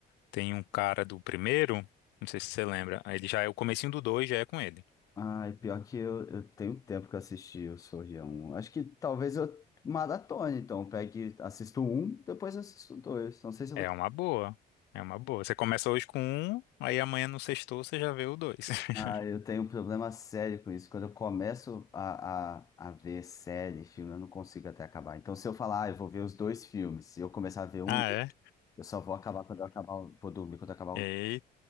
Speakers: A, on the left (about 85°); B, on the left (about 20°).
A: tem um cara do primeiro, não sei se você lembra, ele já é o comecinho do dois, já é com ele.
B: Ai, pior que eu, eu tenho tempo que eu assisti o Sorria um Acho que talvez eu maratone, então. Pegue, assisto um depois assisto o 2. Não sei se eu
A: É
B: vou
A: uma boa. É uma boa. Você começa hoje com um, aí amanhã no sexto você já vê o dois. <laughs>
B: Ah, eu tenho um problema sério com isso. Quando eu começo a, a, a ver série, filme, eu não consigo até acabar. Então, se eu falar, ah, eu vou ver os dois filmes, se eu começar a ver um,
A: Ah, é?
B: eu só vou acabar quando eu acabar, o- vou dormir quando eu acabar
A: Eita,
B: um.